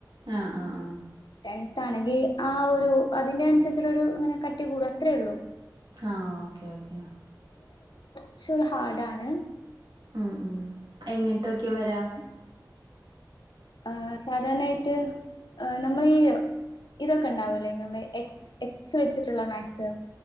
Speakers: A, on the right; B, on the left.
A: ആ ആ ആ
B: ടെന്ത് ആണെങ്കി <unintelligible> ആ ഒരു അതിന്റെ അനുസരിച്ചുള്ള ഒരു ഇങ്ങനെ കട്ടി കൂട അത്രേ ഉള്ളൂ
A: ആഹ ഓക്കെ ഓക്കെ
B: ഇച്ച ഹാർഡ്ാണ്
A: ഉം ഉ എങ്ങനത്തൊക്കെ വരാം
B: ആ സാധാരണായിട്ട് എ നമ്മൾീ ഇതൊക്കെ ഉണ്ടാവല്ലേ നമ്മള എക് എക്സ് വെച്ചിട്ടുള്ള മാത്‍സ്